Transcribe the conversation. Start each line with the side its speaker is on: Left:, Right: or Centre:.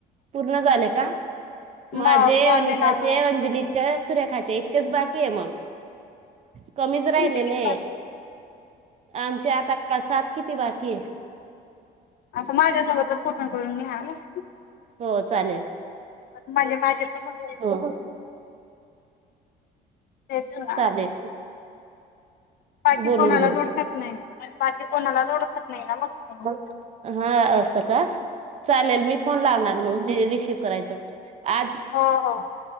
Right: पूर्ण झाले का माझे
Left: मग कॉल
Right: अनिताचे
Left: नाही लागत
Right: अंजलीचे सुरेखाचे इतकेच बाकी आहे मग कमीच राहिलेले
Left: तुमचे किती बाकी
Right: आमच्या आता प्रसात किती बाकी आहे
Left: असं माझ्यासोबतच पूर्ण करून घ्या मग
Right: हो चालेल
Left: म्हणजे माझे पण होतील
Right: हो
Left: तेच ना
Right: चालेल
Left: बाकी
Right: बोलून
Left: कोणालाच ओळखत नाही बाकी कोणालाच ओळखत नाही ना मग
Right: ब हा असत का चालेल मी फोन लावणार मग र रिसिव करायचं आज
Left: हो हो